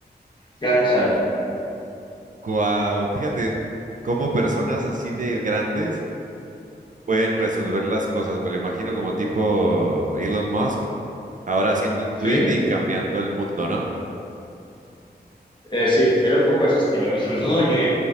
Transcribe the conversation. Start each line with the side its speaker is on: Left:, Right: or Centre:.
Left: gracias a él.
Right: Wow, fíjate cómo personas así de grandes pueden resolver las cosas. Me lo imagino como tipo Elon Musk, ahora haciendo un
Left: ¿Sí?
Right: tweet y cambiando el mundo, ¿no?
Left: Eh, sí, era un poco ese estilo. Y sobre todo que